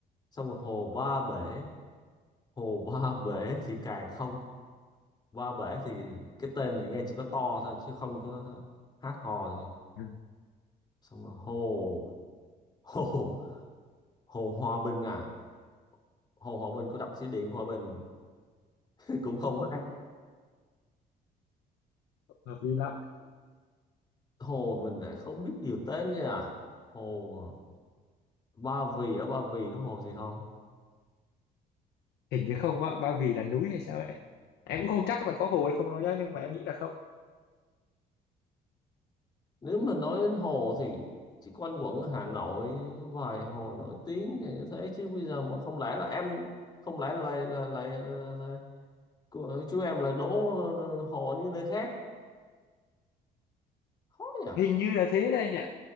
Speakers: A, on the left; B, on the left.
A: xong rồi hồ ba bể hồ ba bể thì càng không ba bể thì cái tên thì nghe chỉ có to thôi chứ không có hát hò gì
B: Ừ,
A: xong rồi hồ hồ hồ Hòa Bình à hồ Hòa Bình của đập thủy điện Hòa Bình <laughs> cũng không hát
B: hợp lý lắm.
A: hồ mình lại không biết nhiều tên nha hồ Ba Vì ở Ba Vì có hồ gì không
B: Hình như không, bác, Ba Vì là núi hay sao đấy. Em cũng không chắc là có hồ hay không đâu nhá, nhưng mà em nghĩ là không.
A: nếu mà nói đến hồ thì chỉ quanh quẩn ở Hà Nội vài hồ nổi tiếng như thế chứ bây giờ mà không lẽ là em không lẽ là là, là, là, của- chú em là đố hồ như nơi khác khó nhỉ
B: Hình như là thế đây nhỉ.